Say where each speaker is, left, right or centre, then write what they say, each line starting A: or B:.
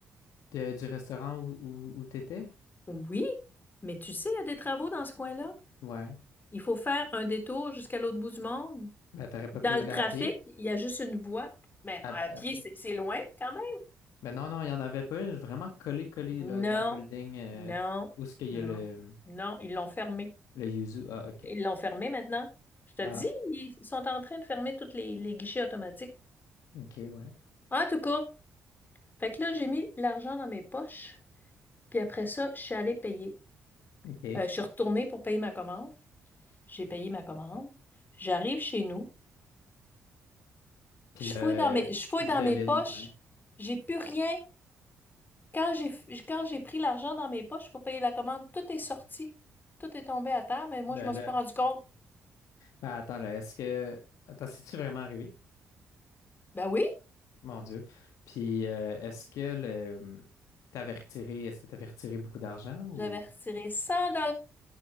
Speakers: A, on the left (about 75°); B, on the left (about 35°).
A: de- du restaurant où, où, où t'étais?
B: Oui, mais tu sais, il y a des travaux dans ce coin-là.
A: Ouais.
B: Il faut faire un détour jusqu'à l'autre bout du monde.
A: Ben, t'aurais pas
B: Dans
A: pu y aller
B: le trafic,
A: à pied.
B: il y a juste une voie. Mais non,
A: À,
B: à
A: à
B: pied,
A: pied.
B: c'est c'est loin quand même.
A: Mais non, non, il n'y en avait pas. eu, Vraiment collé, collé
B: Non,
A: là, dans le building euh,
B: non,
A: où est-ce qu'il y
B: non,
A: a le,
B: non, ils l'ont fermé.
A: le yuzu. Ah, ok.
B: Ils l'ont fermé maintenant. Je te
A: Ah,
B: dis, ils sont en train de fermer tous les, les guichets automatiques.
A: ok, ouais.
B: En tout cas, fait que là, j'ai mis l'argent dans mes poches. Puis après ça, je suis allée payer.
A: Ok.
B: Euh, je suis retournée pour payer ma commande. J'ai payé ma commande. J'arrive chez nous.
A: Puis
B: Je
A: là,
B: fouille dans mes, je fouille
A: je
B: dans
A: devine.
B: mes poches.
A: Ouais.
B: J'ai plus rien. Quand j'ai, quand j'ai pris l'argent dans mes poches pour payer la commande, tout est sorti. Tout est tombé à terre, mais moi,
A: Ben
B: je m'en suis
A: là,
B: pas rendu compte.
A: ben attends, là, est-ce que. Attends, c'est-tu vraiment arrivé?
B: Ben oui,
A: Mon Dieu. Puis euh, est-ce que le t'avais retiré, est-ce que t'avais retiré beaucoup d'argent ou.
B: j'avais retiré 100